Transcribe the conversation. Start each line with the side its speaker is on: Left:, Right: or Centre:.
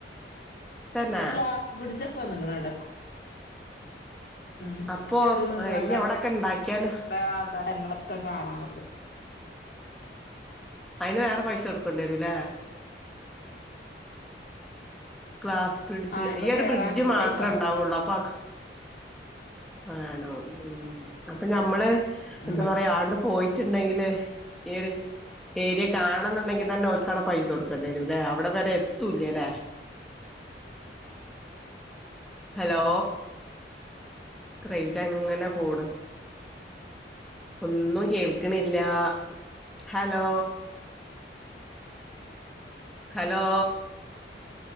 Centre: തന്നെ
Left: ഗ്ലാസ് ബ്രിഡ്ച്ചൊക്കെ വന്ന്ക്ക്ണ് അവിടെപ്പ ഉം
Centre: അപ്പൊ
Left: കേറി നിന്നാണ്ട്
Centre: ഇനി
Left: അവിടെ
Centre: അവിടൊക്കെ ഇണ്ടാക്കിയാല്
Left: <unintelligible> ഒക്കെ കാണ അമ്മക്ക്
Centre: അയ്ന് വേറെ പൈസ കൊടുക്കണ്ട്യരുലെ? ഗ്ലാസ്‌ ബ്രിഡ്ജ്
Left: ആഹ് അയ്മെ
Centre: ഈ ഒരു
Left: കേറാനൊക്കെ
Centre: ബ്രിഡ്ജ് മാത്രം
Left: പൈസ
Centre: ഇണ്ടാവൊള്ളൂ അപ്പൊ മാണം ഉംഹ് അപ്പൊ ഞമ്മള്
Left: വാണം
Centre: എന്താ പറയാ ആണ്ട് പോയിട്ട് ഇണ്ടങ്കില് ഈ ഒര് ഏരിയ കാണണംന്നുണ്ടങ്കി തന്നെ ഓര്ക്ക് പൈസ കൊടുക്കണ്ട്യരുംല്ലേ അവിടെ വരെ എത്തുല്ല്യല്ലേ? ഹലോ ടക്ക് റേഞ്ച് അങ്ങനെ പോണ് ഒന്നും കേൾക്കിണില്ലാ ഹലോ ഹലോ